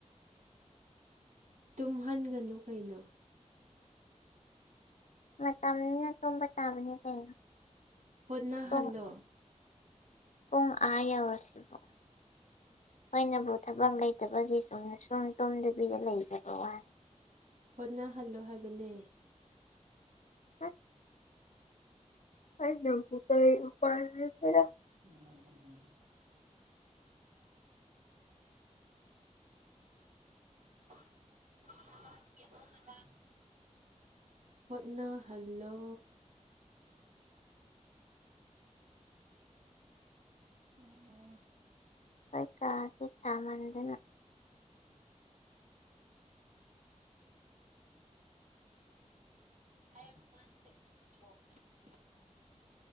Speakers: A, on the right; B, on the left.
A: ꯇꯨꯝꯍꯟꯒꯅꯨ ꯀꯩꯅꯣ
B: ꯃꯇꯝꯅꯤꯅ ꯇꯨꯝꯕ ꯇꯥꯕꯅꯤ ꯀꯩꯅꯣ
A: ꯍꯣꯠꯅꯍꯜꯂꯣ
B: ꯄꯨꯡ ꯄꯨꯡ ꯑꯥ ꯌꯧꯔꯁꯤꯕꯨ ꯑꯩꯣꯏꯅꯕꯨ ꯊꯕꯛ ꯂꯩꯇꯕꯒꯤ ꯆꯨꯝꯅ ꯁꯨꯝ ꯇꯨꯝꯗꯕꯤꯗ ꯂꯩꯖꯕꯩ ꯋꯥꯅꯤ
A: ꯍꯣꯠꯅꯍꯜꯂꯣ ꯍꯥꯏꯕꯅꯦ
B: ꯍꯥ ꯑꯩꯅꯕꯨ ꯀꯔꯤ ꯎꯄꯥꯏ ꯂꯩꯒꯦꯔꯥ
A: <unintelligible> <unintelligible> ꯍꯣꯠꯅꯍꯜꯂꯣ <unintelligible>
B: ꯑꯩꯈꯣꯏ ꯀꯥꯁꯦ ꯁꯥꯃꯟꯗꯅ
A: ꯅꯥꯏꯟ ꯑꯥꯟ ꯁꯤꯛꯁ ‌ꯐꯣꯔ